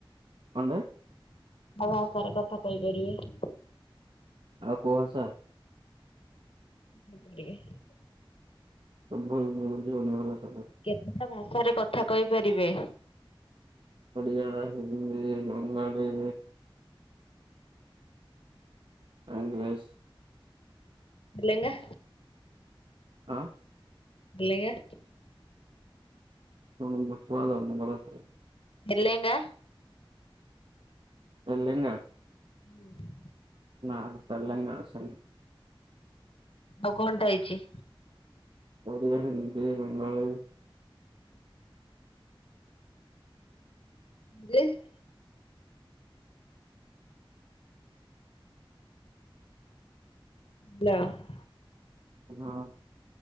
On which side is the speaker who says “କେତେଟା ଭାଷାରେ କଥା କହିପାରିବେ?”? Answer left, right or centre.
Left